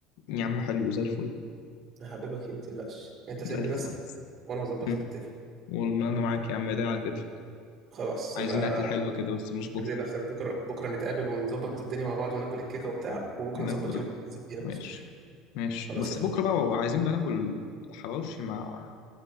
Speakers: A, on the left; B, on the right.
A: يا عم حلو زي الفل
B: هحببك فيه ما تقلقش انت
A: زي
B: سايب
A: الفل
B: لي نفسك
A: خلاص
B: وانا هظبط
A: مم.
B: لك الدنيا
A: والله انا معاك يا عم ايدي على كتفك
B: خلاص
A: عايزين
B: يبقى
A: اكله حلوه كده بس مظبوطه
B: ابني نفسك بكره بكره نتقابل ونظبط الدنيا مع بعض وناكل الكيكه وبتاع وبكره
A: ناكل
B: نظبط يوم ننزل فيه ناكل
A: ماشي
B: سوشي
A: ماشي
B: خلاص
A: بس بكره بقى عايزين بقى ناكل حواوشي مع